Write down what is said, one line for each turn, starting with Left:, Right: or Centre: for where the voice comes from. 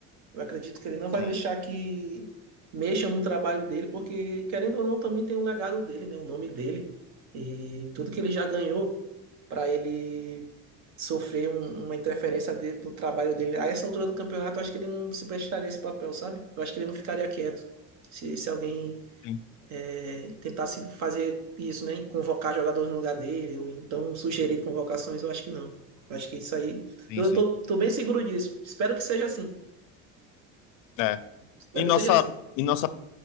Right: Eu acredito que ele não vai
Left: Sim,
Right: deixar que mexam no trabalho dele, porque, querendo ou não, também tem um legado dele, né? O nome dele. E tudo que ele já ganhou para ele sofrer um- uma interferência de- do trabalho dele. A essa altura do campeonato, eu acho que ele não se prestaria a esse papel, sabe? Eu acho que ele não ficaria quieto. Se, se alguém
Left: sim,
Right: é, tentasse fazer isso, né? Convocar jogadores no lugar dele, ou então sugerir convocações, eu acho que não. Eu acho que isso aí.
Left: sim,
Right: Eu
Left: sim.
Right: tô, tô bem seguro disso. Espero que seja assim.
Left: É.
Right: Espero
Left: E nossa,
Right: que seja assim.
Left: e nossa